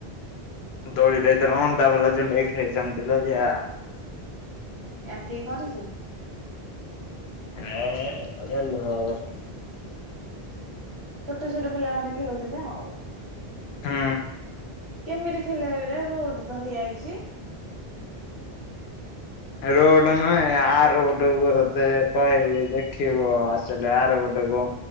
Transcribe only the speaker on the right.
ହୁଁ ଆ କିଏ କରିଛି?
ଛୋଟ ଛୋଟ ପିଲାମାନେ ଖେଳୁଥିବେ ଆଉ।
ଏମିତି ଖେଳରେ ରୋଡ ତ ହେଇଯାଇଛି।